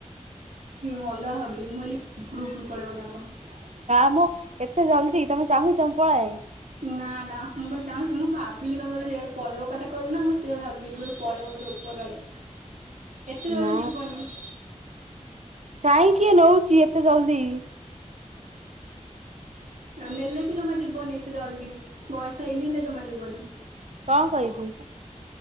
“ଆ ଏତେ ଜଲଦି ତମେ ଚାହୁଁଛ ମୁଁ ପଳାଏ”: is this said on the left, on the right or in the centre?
Right